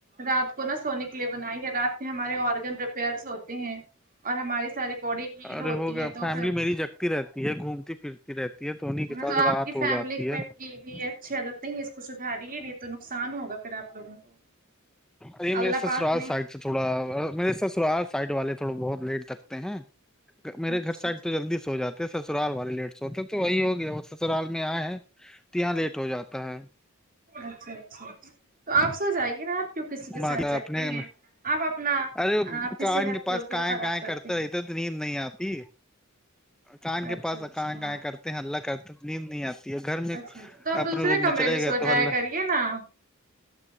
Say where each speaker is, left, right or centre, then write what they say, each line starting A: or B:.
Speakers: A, on the right; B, in the centre.
A: رات کو نہا سونے کے لیے بنائی ہے رات میں ہمارے آرگن ریپیئرس ہوتے ہیں اور ہماری ساری باڈی ہیل
B: ارے
A: ہوتی
B: ہو گیا
A: ہے تو
B: فیملی
A: پھر
B: میری جگتی رہتی ہے گھوم پھرتی رہتی ہے انہیں کے
A: ہاں
B: ساتھ
A: تو آپ
B: رات
A: کی
B: ہو
A: فیملی
B: جاتی ہے
A: میں کی بھی ہے اچ عدتیں ہیں اس کو سدھاریے نہیں تو نقصان ہوگا پھر آپ لوگوں کو
B: ا میرے
A: اللہ
B: سسرال
A: پاک نے
B: س تھوڑا میرے س سرال سائٹ والے تھوڑا بہت لیٹ تکتے ہیں میرے
A: اچھا
B: گھر سے آج تو جلدی سے ہو جاتا تو سسرال والے لیٹ س ہوتے تو وہی ہو گیا وہ سسرال میں آئے ہیں تو یہاں لیٹ ہو جاتا ہے
A: اچھا اچھا اچھا تو آپ سو جائیے نا آپ کی کسی کے
B: ماں
A: ساتھ
B: کا
A: جگتے
B: اپنے
A: ہیں آپ اپنا
B: ارے وہ
A: آپ کی
B: کان
A: صحت
B: کے پاس
A: کی کی
B: کائیں
A: خراب
B: کائیں
A: کرتے ہیں
B: رہتے نیند نہیں آتی کان
A: اچھا
B: کے پاس
A: اچھا
B: کیں کیں کرتے ہیں اللہ کرتے نیند نہیں آتی گھر
A: اچھا
B: میں
A: اچھا تو آپ
B: اپنے
A: دوسرے
B: روم
A: کمرے
B: میں چلے
A: سو
B: گئے تو ہلہ
A: <inaudible>